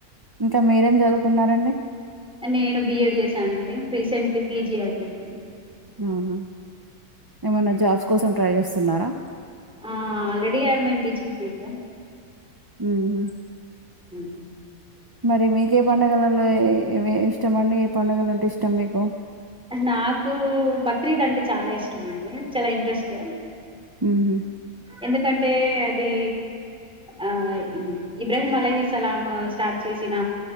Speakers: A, on the right; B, in the centre.
A: ఇంకా మీరేం చదువుకున్నారండి
B: నేను బిఎడ్ చేశానండి రీసెంట్లీ పీజీ అయిపోయింది
A: అవునా ఏమన్నా జాబ్స్ కోసం ట్రై చేస్తున్నారా
B: ఆ ఆల్రెడీ ఆన్ టీచింగ్ ఇద
A: ఉమ్
B: ఉ
A: మరి మీకే పండుగలలో ఇష్టం అండి ఏ పండుగలు అంటే ఇష్టం మీకు
B: నాకు బక్రీద్ అంటే చాలా ఇష్టం అండి చాలా ఇంట్రెస్ట్
A: ఉహు
B: ఎందుకంటే అంటే అది ఆ ఇబ్రాహీం అలహీ సలాం స్టార్ట్ చేసిన